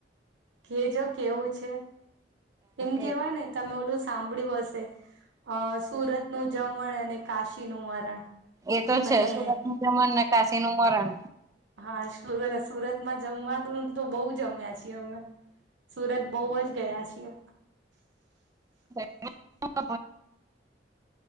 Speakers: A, on the right (about 85°); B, on the right (about 20°).
A: કેજો કેવું છે એમ કેવાય
B: એ
A: ને તમે ઓલું સાંભળ્યું હશે અ સુરત નું જમણ અને કાશીનુ મરણ.
B: એ તો છે
A: બને
B: સુરત નું જમણ ને કાશી નું મરણ.
A: હા સુરત સુરતમાં જમવા તો તો બહુ જમ્યા છીએ અમે. સુરત બહુ જ ગયા છીએ.
B: <unintelligible>